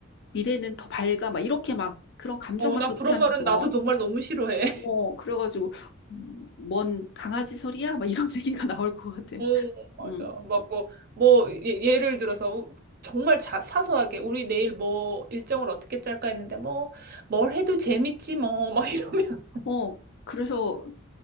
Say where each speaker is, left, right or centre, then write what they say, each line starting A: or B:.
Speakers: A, on the left (about 55°); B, on the right (about 45°).
A: 미래는 더 밝아. 막 이렇게 막 그런 감정만
B: 어, 나
A: 터치하는
B: 그런 말은
A: 거.
B: 나도 정말 너무 싫어해.
A: 어, 그래가지고, 음, 뭔 강아지 소리야? 막 이런 <laughs> 얘기가 나올 것
B: <laughs>
A: 같아.
B: 어, 맞아.
A: 음,
B: 막 뭐, 뭐, 예- 예를 들어서 정말 자, 사소하게 우리 내일 뭐 일정을 어떻게 짤까 했는데 뭐, 뭘 해도 재밌지 뭐, 막 이러면.
A: 어, 그래서